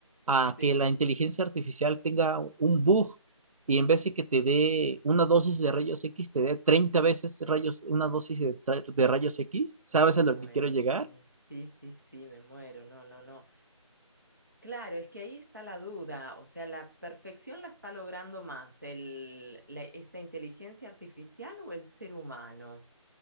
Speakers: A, on the right (about 85°); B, on the right (about 35°).
A: a
B: Sí,
A: que la inteligencia artificial tenga un bug y en vez de que te dé una dosis de rayos X, te dé 30 veces rayos, una dosis de, tra- de rayos X, ¿sabes
B: me
A: a lo
B: muero,
A: que quiero llegar?
B: sí, sí, sí, sí, me muero, no, no, no. Claro, es que ahí está la duda, o sea, la perfección la está logrando más el, la- esta inteligencia artificial o el ser humano.